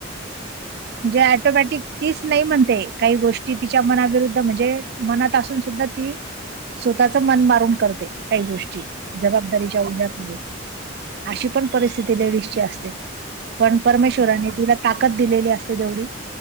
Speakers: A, on the right (about 55°); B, on the right (about 90°).
A: म्हणजे ऍटोमॅटिक तीच नाही म्हणते. काही गोष्टी तिच्या मनाविरुद्ध म्हणजे मनात असून सुद्धा ती स्वतःच मन मारून करते काही गोष्टी जबाबदारीच्या
B: हो
A: ओढ्यामध्ये. अशी पण परिस्थिती लेडीजची असते. पण परमेश्ववरांनी
B: खरं आहे ते
A: तिला ताकद दिलेली असते तेवढी